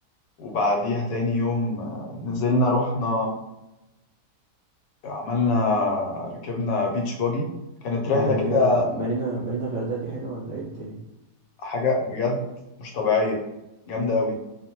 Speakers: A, on the left; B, on the right.
A: وبعديها تاني يوم آه، نزلنا رحنا عملنا ركبنا بيتش باجي كانت رحله
B: هي مارينا
A: كده
B: مارينا مارينا الغردقة دي حلوة ولا ايه الدنيا
A: حاجه بجد مش طبيعيه جامده قوي